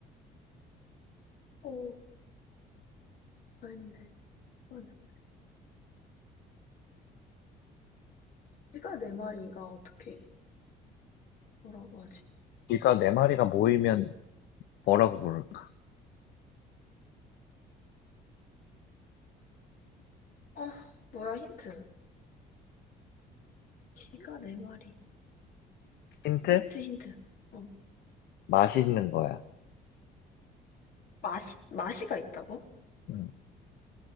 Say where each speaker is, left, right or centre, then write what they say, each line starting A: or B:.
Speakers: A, on the left; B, on the left.
A: 오, 아닌데. 비가 네 마리. 비가 네 마리가 어떻게, 뭐라고 하지?
B: 쥐가 네 마리가 모이면 뭐라고 부를까?
A: 아, 뭐야, 힌트. 비가 네 마리.
B: 힌트?
A: 힌트, 힌트. 어.
B: 맛있는 거야.
A: 맛이, 맛이가 있다고?
B: 음,